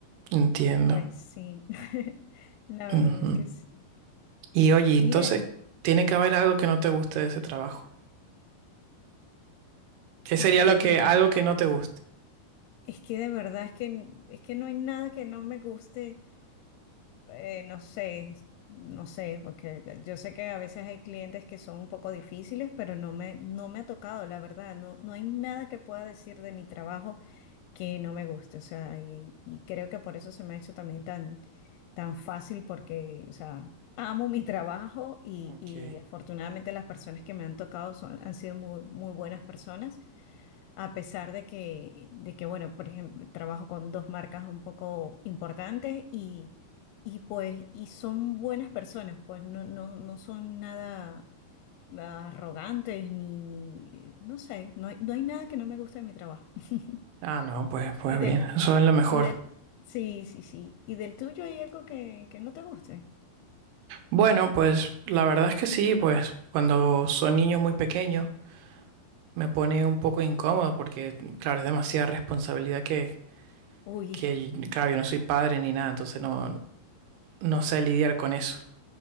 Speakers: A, on the right (about 85°); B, on the left (about 80°).
A: Entiendo.
B: Pues sí, <laughs> la verdad
A: Ujú.
B: que sí.
A: Y oye, entonces
B: Mira,
A: tiene que haber algo que no te guste de ese trabajo. ¿Qué
B: ay,
A: sería lo que,
B: mira,
A: algo que no te guste?
B: es que de verdad es que, es que no hay nada que no me guste. eh, no sé, no sé, porque yo sé que a veces hay clientes que son un poco difíciles, pero no me, no me ha tocado, la verdad. No, no hay nada que pueda decir de mi trabajo que no me guste. O sea, y, y creo que por eso se me ha hecho también tan, tan fácil, porque, o sea, amo mi trabajo y,
A: Ok.
B: y afortunadamente las personas que me han tocado son, han sido muy, muy buenas personas. A pesar de que, de que, bueno, por ejemplo, trabajo con dos marcas un poco importantes y, y pues, y son buenas personas, pues no, no, no son nada arrogantes ni, ni, no sé, no hay, no hay nada que no me guste de mi trabajo. <laughs>
A: Ah, no, pues,
B: Y
A: pues
B: del,
A: bien, eso es lo mejor.
B: y del, sí, sí, sí. ¿Y del tuyo hay algo que, que no te guste?
A: Bueno, pues la verdad es que sí, pues cuando son niños muy pequeños me pone un poco incómodo porque, claro, es demasiada responsabilidad que,
B: Uy,
A: que, claro, yo no soy padre ni nada, entonces no, no sé lidiar con eso.